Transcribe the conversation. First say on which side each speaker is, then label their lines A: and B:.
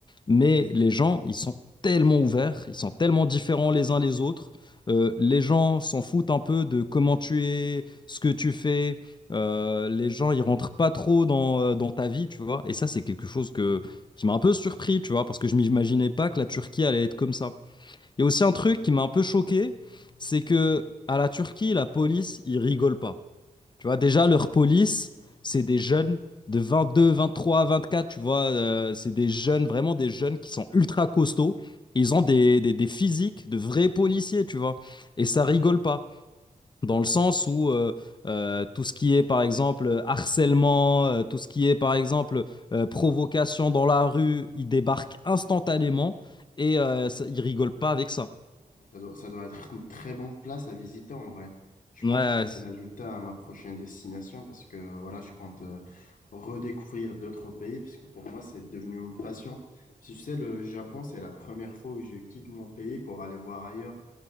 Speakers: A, on the left; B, on the left.
A: mais les gens ils sont tellement ouverts, ils sont tellement différents les uns les autres. Euh, les gens s'en foutent un peu de comment tu es, ce que tu fais. Euh, les gens ils rentrent pas trop dans, euh, dans ta vie, tu vois. Et ça c'est quelque chose que qui m'a un peu surpris, tu vois, parce que je m'imaginais pas que la Turquie allait être comme ça. Il y a aussi un truc qui m'a un peu choqué, c'est que à la Turquie, la police, ils rigolent pas. Tu vois, déjà, leur police, c'est des jeunes de 22, 23, 24, tu vois, euh, c'est des jeunes, vraiment des jeunes qui sont ultra costauds. Ils ont des, des, des physiques de vrais policiers, tu vois, et ça rigole pas dans le sens où euh, euh, tout ce qui est par exemple harcèlement, euh, tout ce qui est par exemple euh, provocation dans la rue, il débarque instantanément et euh, ça- il rigole pas avec ça.
B: Bah, Ça doit, ça doit être une très bonne place à visiter en vrai. Je
A: Ouais.
B: pense que je vais l'ajouter à ma prochaine destination parce que voilà, je compte euh, redécouvrir d'autres pays parce que pour moi, c'est devenu une passion. Parce que, tu sais, le Japon, c'est la première fois où je quitte mon pays pour aller voir ailleurs.